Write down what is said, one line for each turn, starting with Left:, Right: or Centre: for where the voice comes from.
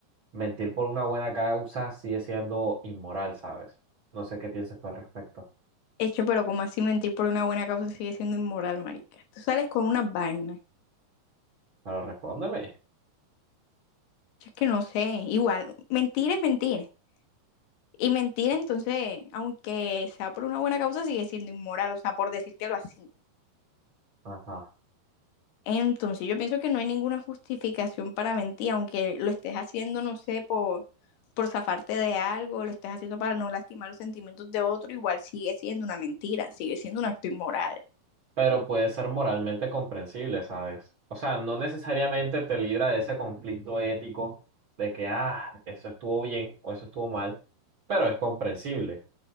Right: mentir por una buena causa sigue siendo inmoral, ¿sabes? No sé qué piensas tú al respecto.
Left: Hecho, pero como así mentir por una buena causa sigue siendo inmoral, marica. Tú sales con unas vainas.
Right: Pero respóndeme.
Left: Yo es que no sé, igual, mentir es mentir. Y mentir, entonces, aunque sea por una buena causa, sigue siendo inmoral, o sea, por decírtelo así.
Right: Ajá.
Left: Entonces, yo pienso que no hay ninguna justificación para mentir, aunque lo estés haciendo, no sé, por, por zafarte de algo, lo estés haciendo para no lastimar los sentimientos de otro, igual sigue siendo una mentira, sigue siendo un acto inmoral.
Right: pero puede ser moralmente comprensible, ¿sabes? O sea, no necesariamente te libra de ese conflicto ético de que, ah, eso estuvo bien o eso estuvo mal, pero es comprensible.